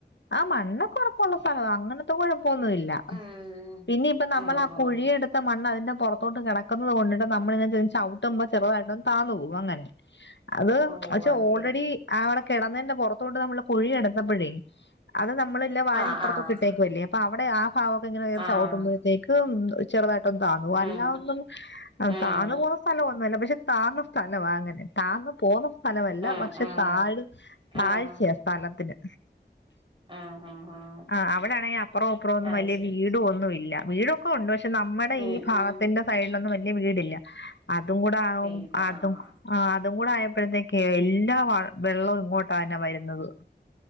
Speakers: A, on the left; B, on the right.
A: ആ മണ്ണൊക്കെറപ്പുള്ള സ്ഥലോ അങ്ങനത്തെ കൊഴപ്പൊന്നുല്ല
B: ഉം
A: പിന്നയിപ്പ നമ്മൾ
B: ഉം
A: ആ
B: ഉം
A: കുഴിയെടുത്ത മണ്ണതിന്റെ പുറത്തോട്ട് കിടക്കുന്നത് കൊണ്ടിട്ട് നമ്മളിങ്ങനെ ചവി ട്ടുമ്പോ ചെറുതായിട്ട് ഒന്ന് താന്നോകും അങ്ങനെ അത്
B: ഓ
A: പച്ചെ
B: അത്
A: ഓൾറെഡി
B: ശരി
A: അവിടെ കിടന്നതിന്റെ പുറത്തോട്ട് നമ്മള് കുഴി എടുത്തപ്പഴേ അത് നമ്മളെല്ലാ വാരി
B: ആഹ്
A: ഇപ്പറത്തൊട്ട
B: ആഹ്
A: ട്ടേക്കല്ലേ അപ്പൊ അവടെ ആ ഭാഗക്കെങ്ങനെ
B: ആഹ്
A: ചവിട്ടുമ്പോ ത്തേക്ക് ചെറുതായിട്ടൊന്ന് താന്നു പോവും
B: ഉം
A: അല്ലാതെ ഒന്നും
B: ഉം
A: താന്നു പോകുന്ന സ്ഥലമൊന്നുല്ല പക്ഷെ താന്ന സ്ഥലവാ അങ്ങനെ താന്ന് പോവും സ്ഥലമല്ല
B: ഉം
A: പക്ഷെ
B: ഉം
A: താഴ് താഴ്ചയാ
B: ഉം
A: സ്ഥലത്തിന്
B: ഉം ഉം ഉം
A: ആഹ് അവിടെ ആണെങ്കിൽ അപ്പറോ ഇപ്പറോ ഒന്നും
B: അത്
A: വല്യ
B: ശരി
A: വീട് ഒന്നും ഇല്ല വീട ഉണ്ട് പക്ഷെ നമ്മടെ
B: ഉം
A: ഈ ഭാഗത്തിന്റെ
B: ഉം
A: സൈഡിലൊന്നും വലിയ വീടില്ല അതും കൂടെ ആകും
B: പേരില്ല
A: ആത്തും
B: ആഹ്
A: ആ അതും കൂടെ ആയപ്പഴത്തേക്ക് എല്ലാ വ വെള്ളവും ഇങ്ങോട്ടാന്നെ വരുന്നത്